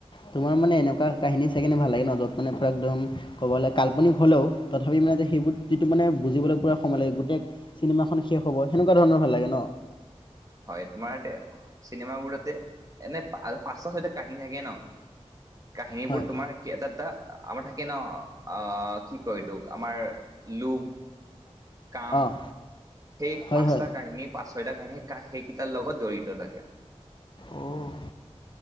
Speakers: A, on the left (about 45°); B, on the right (about 30°).
A: তোমাৰ মানে এনেকুৱা কাহিনী চাই কেনে ভাল লাগে ন য'ত মানে পুৰা একদম ক'বলে কাল্পনিক হ'লেও তথাপিও। মানে যে সেইবোৰ যিটো মানে বুজিবলে পুৰা সময় লাগে গোটেই চিনেমাখন শেষ হ'ব সেনেকুৱা ধৰণৰ ভাল লাগে ন।
B: <inaudible> হয় তোমাৰ দে চিনেমাবোৰতে এনে পাঁচটা ছয়টা কাহিনী থাকে ন। কাহিনী
A: হয়,
B: বোৰ তোমাৰ কি এটা এটা। আমাৰ থাকে ন আহ কি কয় এইটোক আমাৰ লোভ। কাম
A: অ'
B: সেই
A: হয়
B: পাচটা
A: হয়।
B: কাহিনী। পাছ-ছইটা কাহিনী সেইকেইটাৰ লগত জড়িত থাকে।
A: অ'